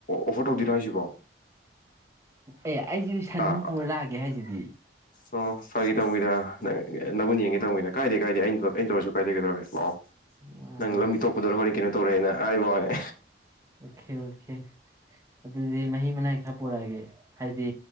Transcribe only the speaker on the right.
ꯑꯦ ꯑꯩꯁꯤ ꯁꯥꯟꯗꯝꯝꯄꯨꯔ
ꯂꯥꯛꯑꯒꯦ ꯍꯥꯏꯁꯤꯗꯤ
ꯃꯥꯅꯦ
ꯑꯣꯀꯦ ꯑꯣꯀꯦ ꯑꯗꯨꯗꯤ ꯃꯍꯤ ꯃꯅꯥꯏ ꯈꯔ ꯄꯨꯔꯛꯑꯒꯦ ꯍꯥꯏꯗꯤ